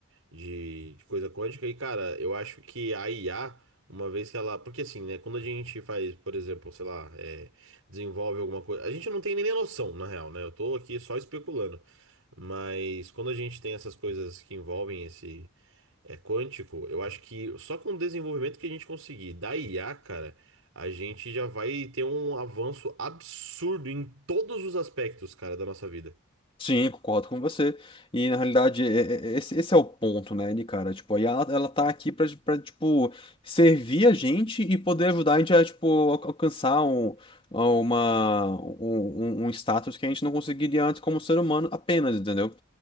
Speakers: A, on the right; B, on the left.
A: de, de coisa quântica. E, cara, eu acho que a IA, uma vez que ela. Porque, assim, né? Quando a gente faz, por exemplo, sei lá, é, desenvolve alguma coisa. A gente não tem nem noção, na real, né? Eu tô aqui só especulando. Mas quando a gente tem essas coisas que envolvem esse. É quântico, eu acho que só com o desenvolvimento que a gente conseguir da IA, cara, a gente já vai ter um avanço absurdo em todos os aspectos, cara, da nossa vida.
B: Sim, concordo com você. E na realidade, é- é- é- esse, esse é o ponto, né, Ni, cara? Tipo, aí ela, ela tá aqui pra, pra, tipo, servir a gente e poder ajudar a gente a, tipo, al- alcançar um, a uma, um, um um status que a gente não conseguiria antes como ser humano apenas, entendeu?